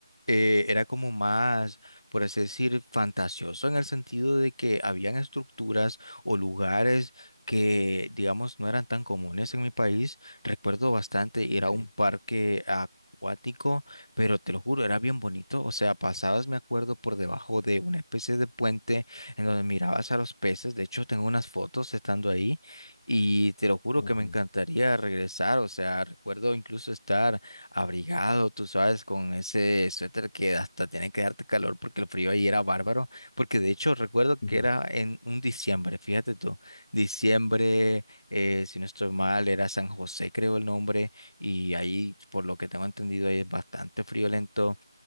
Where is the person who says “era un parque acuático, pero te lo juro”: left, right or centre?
Left